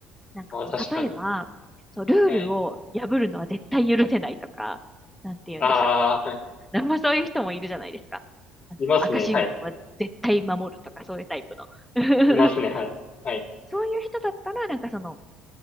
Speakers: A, in the centre; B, on the left.
A: なんかこう例えば、
B: あー、確かに。
A: そう、ルールを破るのは絶対許せないとか、
B: はい。
A: なんて言うんでしょう。
B: ああ、はい。
A: なんもそういう人もいるじゃないですか。あの赤信号は絶対守るとかそういうタイプの。
B: いますね。はい。
A: <laughs>
B: いますね。はい。はい。
A: そういう人だったら、なんかその、